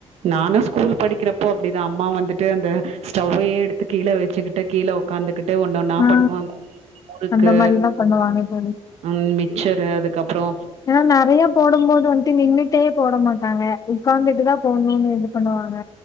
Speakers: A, on the right (about 70°); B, on the left (about 30°).
A: நானும் ஸ்கூல் படிக்கிறப்போ அப்டிதா அம்மா வந்துட்டு அந்த ஸ்டவ்வையே எடுத்து கீழ வச்சுக்கிட்டு கீழ உக்காந்துகிட்டு ஒன்னு ஒண்ணா
B: ஆ
A: பண்ணுவாங்க முறுக்கு
B: அந்த மாரில்லா பண்ணுவாங்க தோழி
A: ம் மிக்சரு அதுக்கப்றோ
B: ஏன்னா நெறைய போடும் போது வந்துட்டு நின்ட்டே போட மாட்டாங்க உட்கார்ந்துட்டு தா போடணுன்னு இது பண்ணுவாங்க